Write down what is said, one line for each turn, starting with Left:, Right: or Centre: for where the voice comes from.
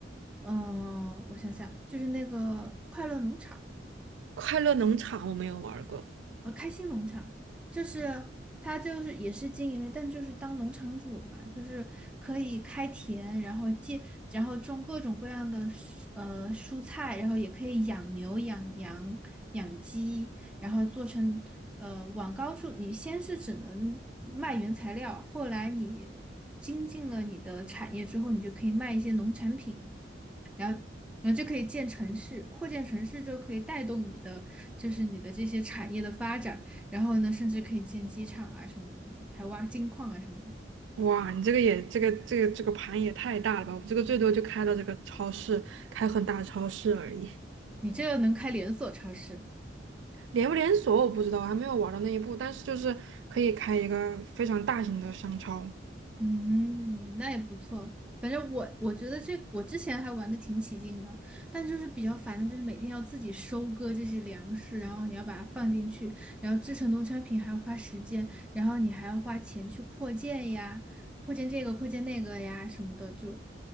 Centre: 嗯、我想想，就是那个快乐农场。
Right: 快乐农场我没有玩儿过。
Centre: 呃，开心农场就是他就是也是经营类，但就是当农场主嘛，就是可以开田，然后建，然后种各种各样的蔬呃蔬菜，然后也可以养牛、养羊、养鸡，然后做成呃往高处，你先是只能卖原材料，后来你精进了你的产业之后，你就可以卖一些农产品。然后然后就可以建城市，扩建城市就可以带动你的，就是你的这些产业的发展。然后呢，甚至可以建机场啊什么什么的，还挖金矿啊什么的。
Right: 哇，你这个也这个这个这个盘也太大了吧！我这个最多就开到这个超市，开很大的超市而已。
Centre: 你这个能开连锁超市，
Right: 连不连锁我不知道，我还没有玩到那一步，但是就是可以开一个非常大型的商超，
Centre: 嗯，那也不错。反正我我觉得这我之前还玩的挺起劲的，但就是比较烦的就是每天要自己收割这些粮食，然后你要把它放进去，然后制成农产品还要花时间，然后你还要花钱去扩建呀，扩建这个扩建那个呀什么的，就